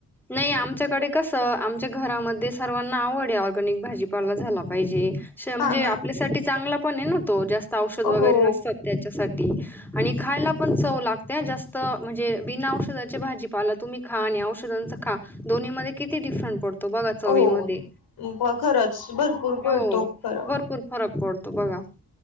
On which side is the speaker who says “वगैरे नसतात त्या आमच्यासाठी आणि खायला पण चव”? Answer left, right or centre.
Centre